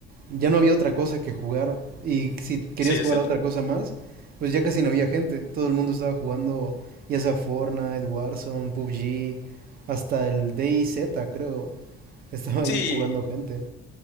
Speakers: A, on the right; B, on the left.
A: ya no había otra cosa que jugar y si querías
B: Sí, es
A: jugar
B: cierto.
A: a otra cosa más, pues ya casi no había gente. Todo el mundo estaba jugando ya sea Fortnite, Warzone, PUBG, hasta el DayZ creo. Estaba
B: Sí,
A: ahí jugando gente.